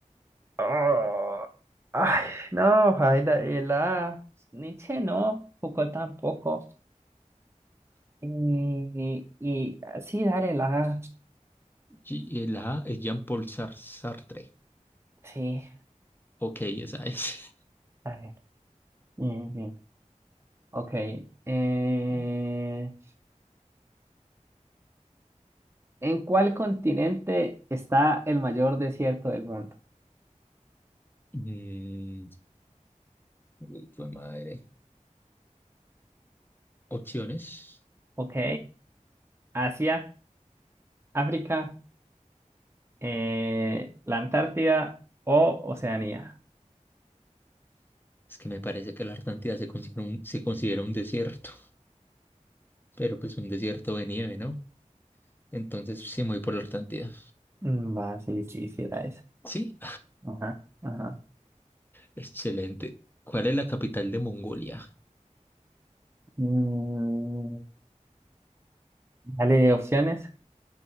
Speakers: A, on the right; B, on the left.
A: Oh, ay, no, Jaira, eh, la Nietzsche no, Foucault tampoco. Y, y ah, sí, dale, la
B: Y- eh, la A es Jean-Paul Sar- Sartre.
A: Sí,
B: Ok, esa es.
A: dale. Bien, bien. Ok. eh,
B: <laughs>
A: ¿en cuál continente está el mayor desierto del mundo?
B: Mm, uy, fue madre. Opciones.
A: Ok. Asia, África, eh, la Antártida o Oceanía.
B: Es que me parece que la Antártida se considera un, se considera un desierto, pero pues un desierto de nieve, ¿no? Entonces sí me voy por la Antártida.
A: Mm, Va, sí, sí, sí, era esa.
B: ¿Sí?
A: Ajá, ajá.
B: Excelente. ¿Cuál es la capital de Mongolia?
A: Mm, dale opciones.